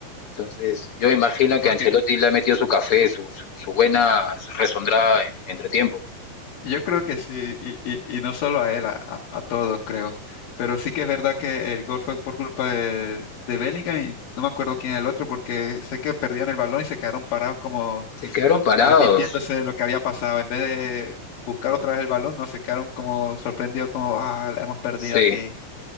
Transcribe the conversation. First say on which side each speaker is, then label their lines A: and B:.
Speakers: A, on the left; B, on the left.
A: Entonces, yo me imagino
B: Porque
A: que Ancelotti le ha metido su café, su, su, su buena resondrada en, entre tiempo. pues.
B: yo creo que sí, y, y- y no solo a él, a, a- a todos creo. Pero sí que es verdad que el gol fue por culpa de, de Bellingham y no me acuerdo quién es el otro porque sé que perdían el balón y se quedaron parados como
A: Se quedaron parados.
B: arrepintiéndose de lo que había pasado. En vez de buscar otra vez el balón, no se quedaron como sorprendidos, como, ah, la hemos perdido
A: Sí.
B: aquí.